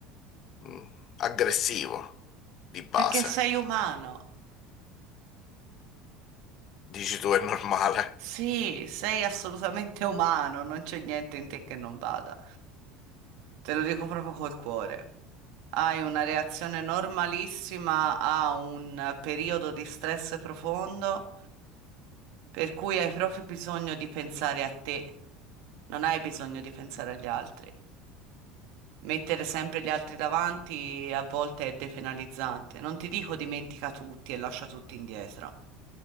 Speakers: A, on the left; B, on the right.
A: mm, aggressivo di base.
B: perché sei umano.
A: Dici tu è normale.
B: Sì, sei assolutamente umano, non c'è niente in te che non vada. Te lo dico proprio col cuore. Hai una reazione normalissima a un periodo di stress profondo, per cui hai proprio bisogno di pensare a te, non hai bisogno di pensare agli altri. Mettere sempre gli altri davanti a volte è depenalizzante. Non ti dico dimentica tutti e lascia tutti indietro.